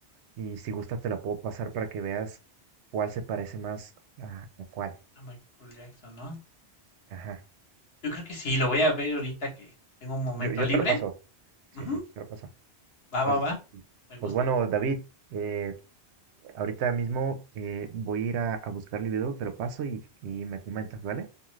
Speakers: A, on the right; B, on the left.
A: y si gustas te la puedo pasar para que veas cuál se parece más a, a cuál.
B: A Michael Jackson, ¿no?
A: Ajá.
B: Yo creo que sí, lo voy a ver ahorita que tengo un momento
A: Yo, yo
B: libre.
A: te lo paso. Sí,
B: Ujú,
A: sí, te lo paso.
B: Va,
A: Pues,
B: va, va, me
A: pues
B: gusta.
A: bueno, David, eh, Ahorita mismo eh, voy a ir a, a buscar el video, te lo paso y, y me comentas, ¿vale?